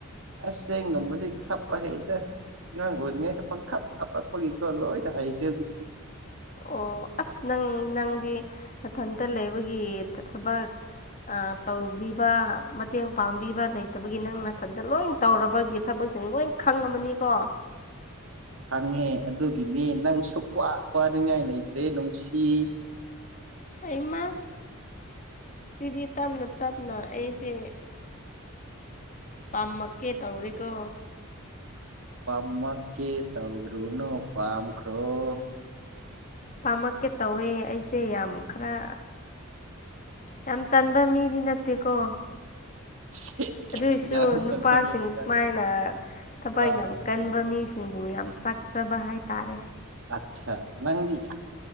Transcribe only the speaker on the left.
ꯑꯣ ꯑꯁ ꯅꯪ ꯅꯪꯗꯤ ꯃꯊꯟꯇ ꯂꯩꯕꯒꯤ ꯊꯕꯛ ꯇꯧꯕꯤꯕ ꯃꯇꯦꯡ ꯄꯥꯡꯕꯤꯕ ꯂꯩꯇꯕꯒꯤ ꯅꯪ ꯃꯊꯟꯇ ꯂꯣꯏ ꯇꯧꯔꯕꯒꯤ ꯊꯕꯛ ꯂꯣꯏ ꯈꯪꯉꯅꯤꯀꯣ
ꯑꯩꯃ ꯁꯤꯗꯤ ꯇꯞꯅ ꯇꯞꯅ ꯑꯩꯁꯦ ꯄꯥꯝꯃꯛꯀꯦ ꯇꯧꯔꯤꯀꯣ
ꯄꯥꯝꯃꯛꯀꯦ ꯇꯧꯋꯦ ꯑꯩꯁꯦ ꯌꯥꯝ ꯈꯔ ꯌꯥꯝ ꯇꯟꯕ ꯃꯤꯗꯤ ꯅꯠꯇꯦꯀꯣ
ꯑꯗꯨꯣꯏꯁꯨ
ꯅꯨꯄꯥꯁꯤꯡ
ꯁꯨꯃꯥꯏꯅ ꯊꯕꯛ
ꯌꯥꯝ ꯀꯟꯕ ꯃꯤꯁꯤꯡ ꯁꯤꯡꯕꯨ ꯌꯥꯝ ꯁꯥꯛꯆꯕ ꯍꯥꯏꯇꯥꯔꯦ